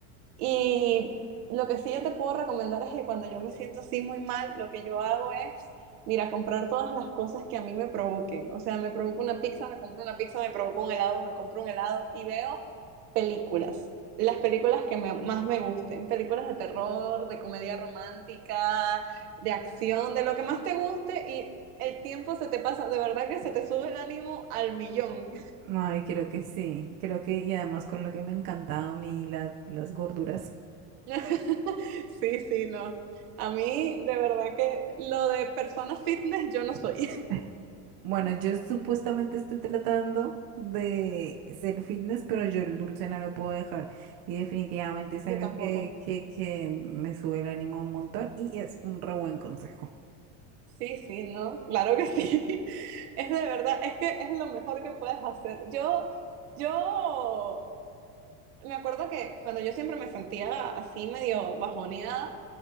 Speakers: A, on the right; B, on the right.
A: Y lo que sí yo te puedo recomendar es que cuando yo me siento así muy mal, lo que yo hago es, mira, comprar todas las cosas que a mí me provoquen. O sea, me provoca una pizza, me compro una pizza, me provoca un helado, me compro un helado y veo películas. Las películas que me- más me gusten, películas de terror, de comedia romántica, de acción, de lo que más te guste y el tiempo se te pasa, de verdad que se te sube el ánimo al millón.
B: Ay, creo que sí, creo que y además con lo que me encantaba a mí las, las gorduras.
A: <laughs> Sí, sí, no. A mí, de verdad que lo de persona fitness yo no soy. <laughs>
B: <laughs> Bueno, yo supuestamente estoy tratando de ser fitness, pero yo el dulce no lo puedo dejar y definitivamente es
A: Yo
B: algo
A: tampoco.
B: que, que, que me sube el ánimo un montón y es un re buen consejo.
A: Sí, sí, no, claro que sí. <laughs> Es de verdad, es que es lo mejor que puedes hacer. Yo, yo Me acuerdo que cuando yo siempre me sentía así medio bajoneada,